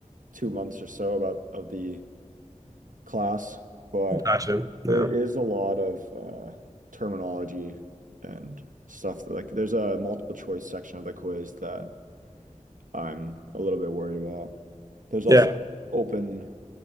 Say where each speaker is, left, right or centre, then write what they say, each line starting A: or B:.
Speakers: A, on the right; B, on the right.
A: two months or so about of the class, but
B: Gotcha. No.
A: there is a lot of uh terminology and stuff that, like there's a multiple choice section of the quiz that I'm a little bit worried about. There's also
B: Yeah.
A: open,